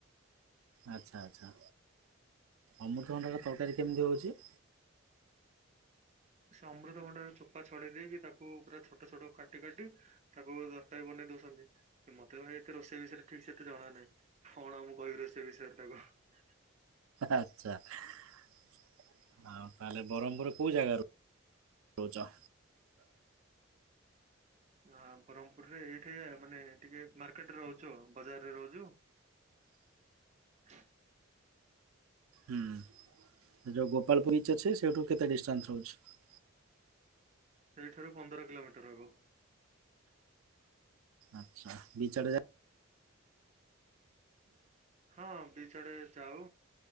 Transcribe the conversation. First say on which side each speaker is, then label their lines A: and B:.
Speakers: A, on the right; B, on the right.
A: ଆଚ୍ଛା ଆଚ୍ଛା ଅମୃତଭଣ୍ଡାର ତରକାରୀ କେମିତି ହଉଛି?
B: ସେ ଅମୃତଭଣ୍ଡାର ଚୋପା ଛଡେଇ ଦେଇକି ତାକୁ ପୁରା ଛୋଟ ଛୋଟ କାଟି କାଟି ତାକୁ ତରକାରୀ ବନେଇ ଦଉଛନ୍ତି। ମତେ ଭାଇ ଏତେ ରୋଷେଇ ବିଷୟରେ ଠିକ ସେ ଏତେ ଜଣା ନାହିଁ। କଣ ଆଉମୁଁ କହିବି ରୋଷେଇ ବିଷୟରେ ତାକୁ? ହ <unintelligible>
A: ଆଛା ଆଉ ତାହେଲେ ବ୍ରହ୍ମପୁର କୋଉ ଜାଗା ରୁ? ରହୁଚ।
B: ହ ବରହ୍ମପୁର। ଏଇଠି ମାନେ ଟିକେ ମାର୍କେଟରେ ରହୁଛୁ ଆଉ। ବଜାରରେ ରହୁଛୁ। ହ <unintelligible>
A: ହୁଁ ଯୋଉ ଗୋପାଳପୁର ଇଚ୍ ଅଛି। ସେଇଠୁ କେତେ ଡିଷ୍ଟାନ୍ସ ରହୁଛି?
B: ସେଇଠାରୁ ପନ୍ଦର କିଲୋମିଟର ହବ।
A: ଆଚ୍ଛା ବିଚ ଆଡେ ଯା
B: ହଁ ବିଚ ଆଡେ ଯାଉ।